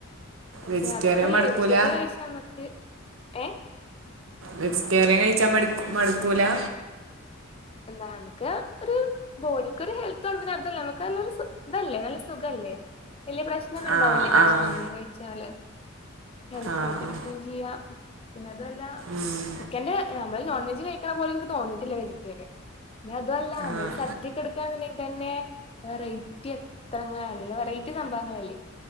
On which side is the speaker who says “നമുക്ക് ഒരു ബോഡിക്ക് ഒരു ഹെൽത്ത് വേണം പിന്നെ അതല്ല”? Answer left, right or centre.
Left